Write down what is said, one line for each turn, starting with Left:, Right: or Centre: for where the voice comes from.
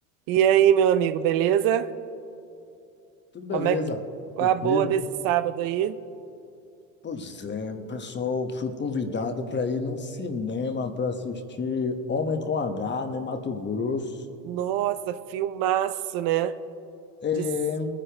Right: E aí, meu amigo, beleza?
Left: Tudo
Right: Como
Left: beleza?
Right: é que... Qual
Left: Tranquilo?
Right: é a boa desse sábado aí?
Left: Pois é, o pessoal fui convidado para ir no cinema para assistir Homem com H, né, Mato Grosso.
Right: Nossa, filmaço, né?
Left: É,
Right: Diz-